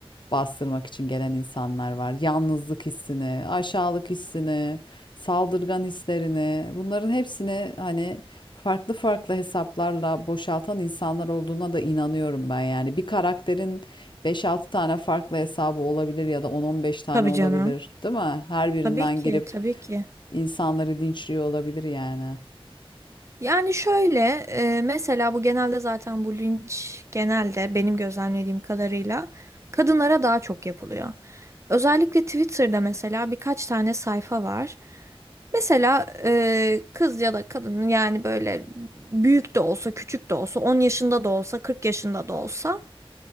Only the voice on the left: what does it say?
bastırmak için gelen insanlar var. Yalnızlık hissini, aşağılık hissini, saldırgan hislerini, bunların hepsini hani farklı farklı hesaplarla boşaltan insanlar olduğuna da inanıyorum ben yani. Bir karakterin beş altı tane farklı hesabı olabilir ya da on on beş tane
olabilir,
değil mi? Her birinden
girip
insanları dinçliyor olabilir yani.